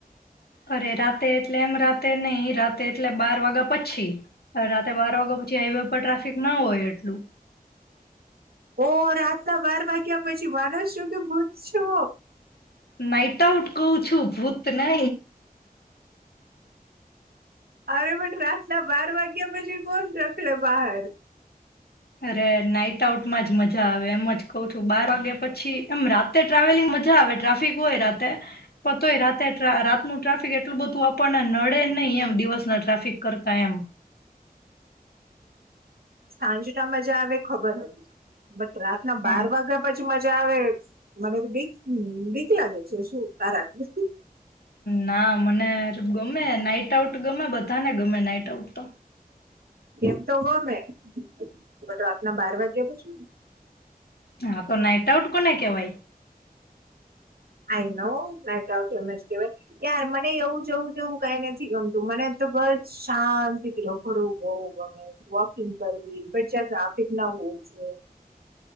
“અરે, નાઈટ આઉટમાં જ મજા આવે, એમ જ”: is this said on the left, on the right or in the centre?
Left